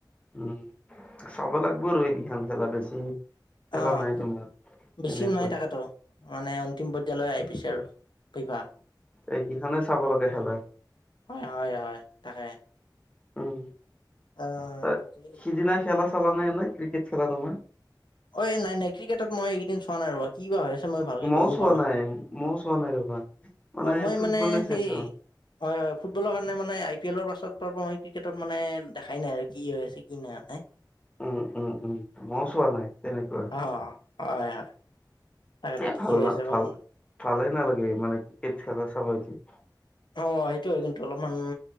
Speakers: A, on the left; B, on the left.
A: উম চাব লাগব ৰ এই কেখন খেলা বেছি খেলা
B: অঁ
A: নাই তোমাৰ
B: বেছিও
A: তেনেকুৱা
B: নাই তাকাতো মানে অন্তিম পৰ্যায়ালৈ আহি পাইছে আৰু ফিফা
A: এই কিখনে চাব লাগে খেলাৰ
B: হয় হয় হয় তাকে
A: উম
B: অ',
A: তাত
B: বাকী
A: সিদিনা খেলা চালা নাই নাই ক্ৰিকেট খেলাতো আমাৰ
B: অঁ এই নাই নাই ক্ৰিকেটত মই এইকেইদিন চোৱা নাই ৰ'বা কি বা হৈ আছে মই ভালকে
A: মইও
B: গমো
A: চোৱা
B: পোৱা নাই
A: মইও চোৱা নাই ৰবা।
B: অঁ মই
A: ফুটবলে
B: মানে
A: চাইছো
B: সেই হয় হয় ফুটবলৰ কাৰণে মানে আই পি এলৰ পাছত পৰা মই ক্ৰিকেটত মানে দেখাই নাই আৰু কি হৈ আছে কি নাই
A: উম উম উম মও চোৱা নাই তেনেকুৱা
B: অঁ হয় হয় তাকেতো
A: এ
B: কি
A: ভাল
B: হৈ
A: না
B: আছে বা
A: ভাল
B: গম
A: ভালেই নালাগে মানে ক্ৰিকেট খেলা চাব আহিছোঁ
B: অঁ সেইটো হয় কিন্তু অলপমান